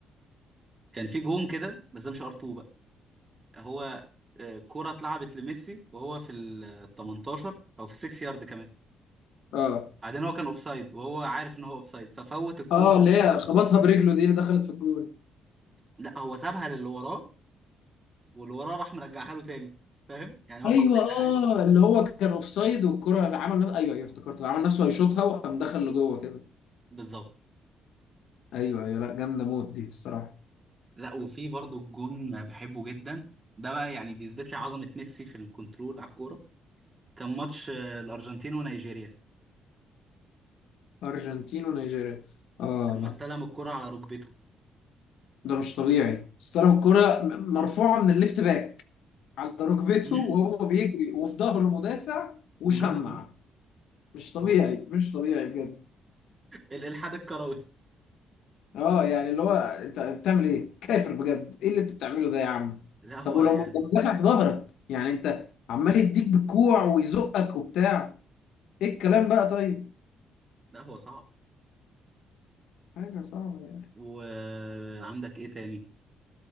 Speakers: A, on the right; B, on the left.
A: كان في جون كده بس ده مش ار 2 بقى هو آه... كرة اتلعبت لميسي وهو في ال 18 او في 6 يارد كمان
B: اه
A: بعدين هو كان اوفسايد وهو عارف ان هو اوفسايد ففوت الكورة
B: اه اللي هي خبطها برجله دي اللي دخلت في الجون
A: لا هو سابها للي وراه واللي وراه راح مرجعها له تاني فاهم يعني هو
B: ايوه
A: فوتها
B: اه
A: عادي
B: اللي هو كان اوفسايد والكره عمل نفسه ايوه ايوه افتكرته عمل نفسه هيشوطها وقام دخل لجوه كده
A: بالظبط
B: ايوه ايوه لا جامده موت دي الصراحه
A: لا وفي برضو الجون بحبه جدا ده بقى يعني بيثبت لي عظمة ميسي في الكنترول على الكورة كان ماتش آه، الأرجنتين ونيجيريا
B: ارجنتين ونيجيريا اه
A: لما
B: لا
A: استلم الكرة على ركبته
B: ده مش طبيعي استلم الكره م- مرفوعه من الليفت باك على ركبته
A: امم
B: وهو بيجري وفي ظهره مدافع وشمع
A: وجابها جول
B: مش طبيعي
A: هو ال-
B: مش طبيعي بجد
A: الإلحاد الكروي
B: اه يعني اللي هو انت بتعمل ايه كافر بجد ايه اللي انت بتعمله ده يا عم
A: لا هو
B: طب ولو
A: يعني
B: مدافع في ظهرك يعني انت عمال يديك بالكوع ويزقك وبتاع ايه الكلام بقى طيب
A: لا هو صعب
B: حاجة صعبة يعني
A: وعندك إيه تاني